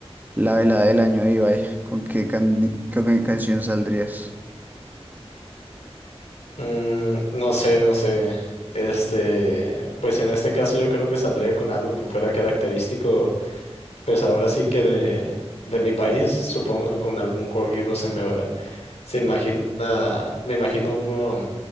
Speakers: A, on the right; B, on the left.
A: La velada del año de Ibai, ¿con qué, can con qué canción saldrías?
B: Mm, no sé, no sé. Este, pues en este caso yo creo que saldría con algo que fuera característico, pues ahora sí que de, de mi país. Supongo que con algún corrido se me va- se imagina, me imagino uno